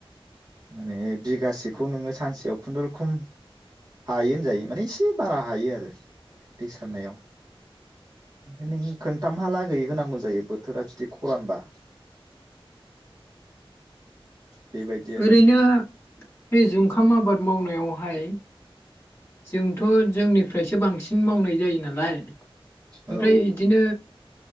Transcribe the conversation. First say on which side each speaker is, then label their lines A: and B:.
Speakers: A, on the right (about 40°); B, on the left (about 25°).
A: माने बिगासेखौ नोङो सानसेयाव खुनुरुखुम हायो होनजायो माने एसे बारा हायो आरो दै सारनायाव ओमफाय नों खोनथामहालागै होनांगौ जायो बोथोरा जुदि खरानबा। बेबायदि आरो।
B: ओरैनो बे जुंखाम आबाद मावनायावहाय जोंथ' जोंनिफ्रायसो बांसिन मावनाय जायो नालाय। ओमफ्राय
A: औ
B: इदिनो